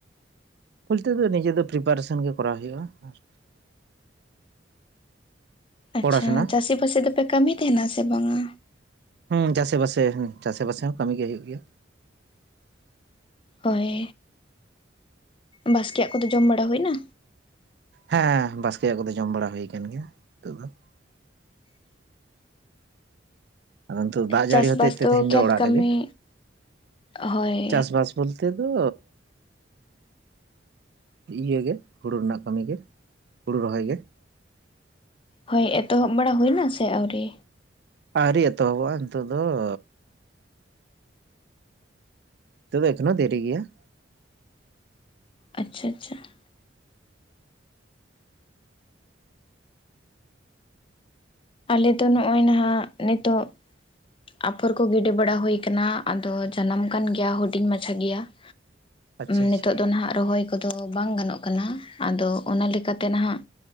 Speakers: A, on the right; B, on the left.
A: ᱵᱚᱞᱛᱮ ᱫᱚ ᱱᱤᱡᱮ ᱫᱚ ᱯᱨᱤᱯᱟᱨᱮᱥᱚᱱ ᱜᱮ ᱠᱚᱨᱟᱣ ᱦᱩᱭᱩᱜᱼᱟ ᱾
B: ᱟᱪᱪᱷᱟ,
A: ᱯᱚᱲᱟᱥᱩᱱᱟ
B: ᱪᱟᱥᱤ ᱵᱟᱥᱤ ᱫᱚᱯᱮ ᱠᱟᱹᱢᱤ ᱛᱟᱦᱮᱱᱟ ᱥᱮ ᱵᱟᱝᱟ?
A: ᱦᱩᱸ ᱪᱟᱥᱮ ᱵᱟᱥᱮ ᱦᱩᱸ ᱪᱟᱥᱮ ᱵᱟᱥᱮ ᱦᱚᱸ ᱠᱟᱹᱢᱤ ᱜᱮ ᱦᱩᱭᱩᱜ ᱜᱮᱭᱟ ᱾
B: ᱦᱚᱭ, ᱵᱟᱥᱠᱮᱭᱟᱜ ᱠᱚᱫᱚ ᱡᱚᱢ ᱵᱟᱲᱟ ᱦᱩᱭ ᱱᱟ?
A: ᱦᱮᱸ ᱵᱟᱥᱠᱮᱭᱟᱜ ᱠᱚᱫᱚ ᱡᱚᱢ ᱵᱟᱲᱟ ᱦᱩᱭ ᱟᱠᱟᱱ ᱜᱮᱭᱟ ᱱᱤᱛᱚᱜ ᱫᱚ ᱾ ᱟᱫᱚ ᱱᱤᱛᱚᱜ ᱫᱟᱜ
B: ᱪᱟᱥᱵᱟᱥ
A: ᱡᱟᱹᱲᱤ ᱦᱚᱛᱮᱡ ᱛᱮ ᱛᱮᱦᱮᱧ ᱫᱚ
B: ᱠᱷᱮᱛ
A: ᱚᱲᱟᱜ
B: ᱠᱟᱹᱢᱤ
A: ᱨᱮᱜᱮ,
B: ᱦᱳᱭ
A: ᱪᱟᱥᱵᱟᱥᱼᱼ ᱵᱚᱞᱛᱮ ᱫᱚᱼᱼ ᱤᱭᱟᱹ ᱜᱮ ᱦᱩᱲᱩ ᱨᱮᱱᱟᱜ ᱠᱟᱹᱢᱤ ᱜᱮ ᱦᱩᱲᱩ ᱨᱚᱦᱚᱭ ᱜᱮ ᱾
B: ᱦᱳᱭ ᱮᱛᱚᱦᱚᱵ ᱵᱟᱲᱟ ᱦᱩᱭᱱᱟ ᱥᱮ ᱟᱹᱣᱨᱤ?
A: ᱟᱹᱣᱨᱤ ᱮᱛᱚᱦᱚᱵᱚᱜᱼᱟ ᱱᱤᱛᱚᱜ ᱫᱚ ᱾ ᱱᱤᱛᱚ ᱫᱚ ᱮᱠᱷᱱᱚ ᱫᱮᱨᱤ ᱜᱮᱭᱟ ᱾
B: ᱟᱪᱪᱷᱟ ᱟᱪᱪᱷᱟ ᱾ ᱟᱞᱮᱚ ᱱᱚᱜᱼᱚᱭ ᱱᱟᱜ ᱱᱤᱛᱚᱜᱼᱼ ᱟᱯᱷᱚᱨ ᱠᱚ ᱜᱤᱰᱤ ᱵᱟᱲᱟ ᱦᱩᱭ ᱠᱟᱱᱟ, ᱟᱫᱚ ᱡᱟᱱᱟᱢ ᱠᱟᱱ ᱜᱮᱭᱟ ᱦᱩᱰᱤᱧ ᱢᱟᱪᱷᱟ ᱜᱮᱭᱟ ᱾
A: ᱟᱪᱪᱷᱟ
B: ᱱᱤᱛᱚᱜ ᱫᱚ ᱱᱟᱜ ᱨᱚᱦᱚᱭ ᱠᱚᱫᱚ ᱵᱟᱝ ᱜᱟᱱᱚᱜ ᱠᱟᱱᱟ ᱟᱫᱚ ᱚᱱᱟ ᱞᱮᱠᱟᱛᱮ ᱱᱟᱜᱼᱼ